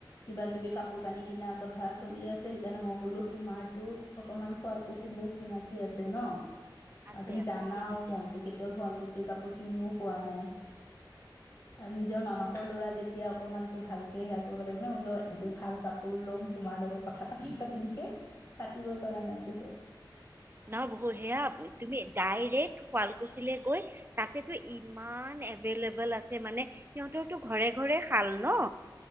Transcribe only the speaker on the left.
কিবা-কিবি কাপোৰ-কানি কিনাৰ কথা চলি আছে সেইকাৰণে মই বোলো তোমাৰতো অকমান শুৱালকুছিত বহুত চিনাকি আছে ন?
আৰু তুমি
জানাও
মইটো
কেতিয়াও তেওঁ শুৱালকুছিৰ কাপোৰ কিনিও পোৱা নাই আৰু নিজৰ মামাক সৰু ল'ৰা যেতিয়া অকনমানতো ভালকে সেয়া কৰিব লাগিব ন লও এযোৰ ভাল কাপোৰ ল'ম তোমাৰ লগত কথা পাতি
পাতিম পাতিম
কে পাতিবই পৰা নাছিলো।